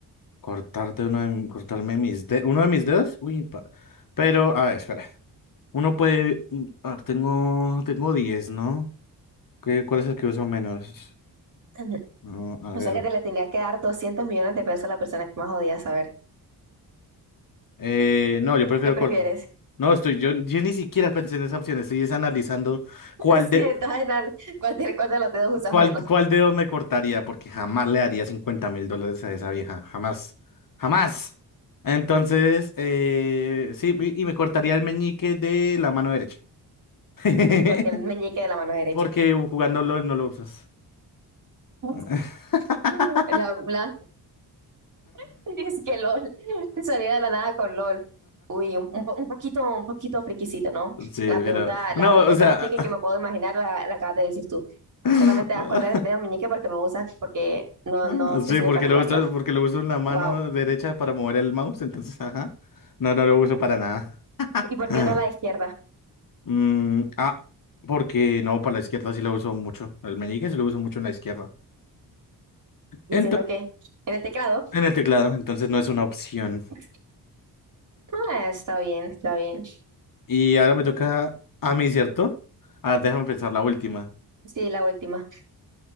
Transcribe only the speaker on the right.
Ujú.
O
sea que te le tenías que dar 200 millones de pesos a la persona que más odias. A ver,
¿qué prefieres?
<laughs>
Si estás en al- ¿cuál de, cuál de los dedos usas
menos?
Y porque el meñique de la mano derecha.
<laughs>
La, la- <laughs> es que LOL. Salía de la nada con LOL. Uy, un, un po- un poquito, un poquito friquisito, ¿no?
La pregunta,
la
respuesta
más friki que me puedo imaginar la, la acabas de decir tú.
Solamente vas a acordar el dedo meñique porque no lo usas, porque no,
no te
sirve
para
jugar
LOL.
Wow.
¿Y por
qué no la izquierda?
¿Y
haciendo qué? ¿En el teclado?
<laughs> Ah, está bien, está bien.
Sí, la última.